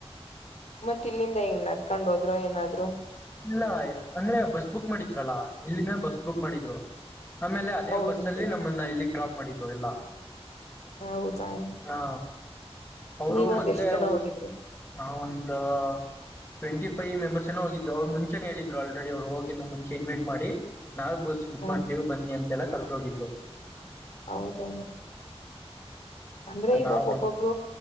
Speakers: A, on the left; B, on the left.
A: ಮತ್ತ ಇಲ್ಲಿಂದ ಹೆಂಗ್ ನಡ್ಕೊಂಡ್ ಹೋದ್ರ ಏನಾದ್ರು
B: ಇಲ್ಲ ಅಂದ್ರೆ ಬಸ್ ಬುಕ್ ಮಾಡಿದ್ರಲ್ಲ ಇಲ್ಲಿಂದ ಬಸ್ ಬುಕ್ ಮಾಡಿದ್ರು ಆಮೇಲೆ ಅದೇ
A: ಓ
B: ಬಸ್
A: ಇಲ್ಲಿಂದ
B: ಅಲ್ಲಿ ನಮ್ಮನ್ನ ಇಲ್ಲಿ ಡ್ರಾಪ್ ಮಾಡಿದ್ರು ಜೋಇಲ್ಲ
A: ಹೌದಾ
B: ಹಾ ಅವರು
A: ನೀವ
B: ಮೊದ್ಲೇ
A: ಒಂದ್ ಎಷ್ಟ್
B: <unintelligible>
A: ಜನ ಹೋಗಿದ್ರಿ
B: ನಾ ಹ ಟ್ವೆಂಟಿ ಫೈವ್ ಮೆಂಬರ್ಸ್ ಏನೋ ಹೋಗಿದ. ಈಗ ಅವ್ರು ಮುಂಚೆನೆ ಹೇಳಿದ್ರು ಆಲ್ರೆಡಿ ಅವ್ರು ಹೋಗಿಂದು ಮುಂಚೆ ಇನ್ವೈಟ್ ಮಾಡಿ ನಾವೇ ಬಸ್ ಬುಕ್
A: ಹ
B: ಮಾಡ್ತೀವಿ ಬನ್ನಿ ಅಂತ. <unintelligible>
A: ಹೌದಲ್ಲ ಅಂದ್ರೆ ಇವಬ್
B: ನಾವ
A: ಒಬ್ಬೊಬ್ಳ